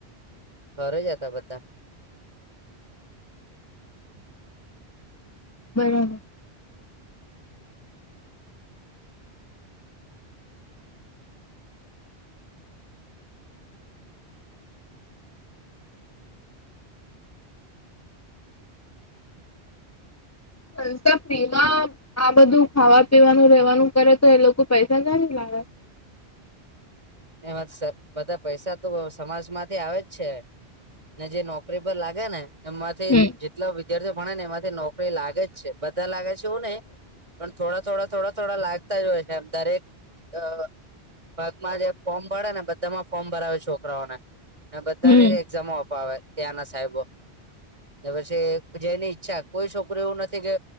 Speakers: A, on the right (about 30°); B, on the left (about 25°).
A: ઘરે જ હતા બધા.
B: બરાબર. સંસફનેમાં આ બધું ખાવા પીવાનું રેવાનું કરે તો એ લોકો પૈસા ક્યાંથી લાવે
A: એમાં સ બધા પૈસા તો અ સમાજ માંથી આવે જ છે. ને જે નોકરી પર લાગે ને એમાંથી
B: હમ
A: જ. મતલબ વિદ્યાર્થીઓ ભણે ને એમાંથી નોકરી લાગે જ છે બધા લાગે છે એવું ન‌ઈ. પણ થોડા થોડા થોડા થોડા લાગતા જ હોય છે એમ દરેક‌ અ ભાગમાં જે. ફોર્મ ભળે ને બધામાં ફોર્મ ભરાવે છોકરાઓને ને બધાને
B: હમ
A: એક્ઝામો અપાવે. ત્યાંના સાહેબો તે પછી જેની ઈચ્છા કોઈ છોકરીઓ એવું નથી કે.